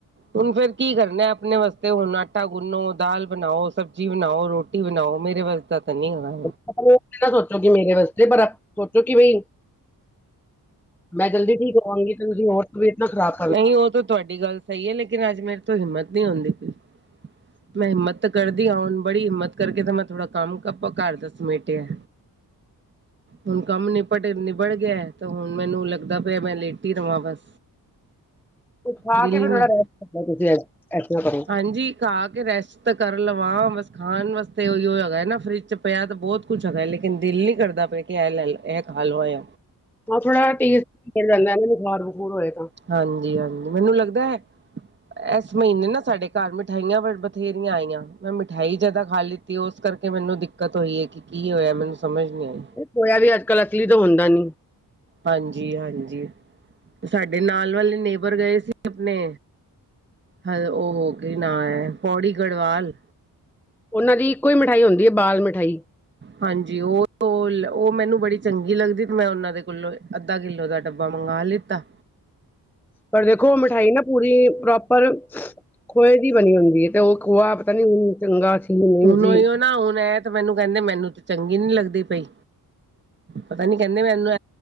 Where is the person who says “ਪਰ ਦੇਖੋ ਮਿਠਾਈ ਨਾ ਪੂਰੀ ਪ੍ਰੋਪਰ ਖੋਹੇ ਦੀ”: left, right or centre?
Centre